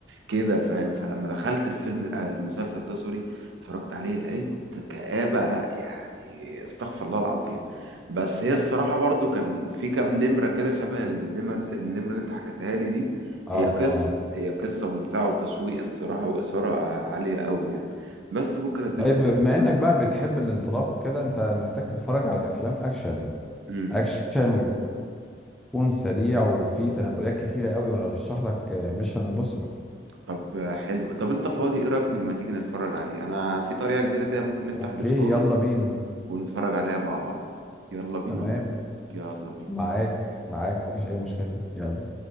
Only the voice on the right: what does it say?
كده فاهم فلما دخلت الفيلم آه، المسلسل ده سوري اتفرجت عليه لقيت كآبة يعني استغفر الله العظيم بس هي الصراحة برضو كان في كام نمرة كده شبه النمر النمرة اللي انت حكيتها لي دي
هي قصة
هي قصة ممتعة وتشويق الصراحة وإثارة آه، عالية قوي يعني بس ممكن اديله
فرصة
دلوقتي.
مم.
طب آه، حلو طب انت فاضي ايه رايك لما تيجي نتفرج عليه انا في طريقة جديدة كده ممكن نفتح
ديسكورد
ونتفرج عليها مع بعض يلا بينا
يلا بينا